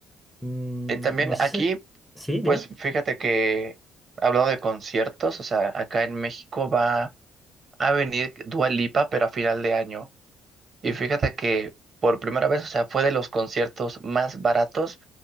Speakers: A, in the centre; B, on the right.
A: Mm,
B: también
A: no sé
B: aquí,
A: si... Sí, dime.
B: pues fíjate que hablando de conciertos, o sea, acá en México va. a venir Dua Lipa, pero a final de año. Y fíjate que por primera vez, o sea, fue de los conciertos más baratos,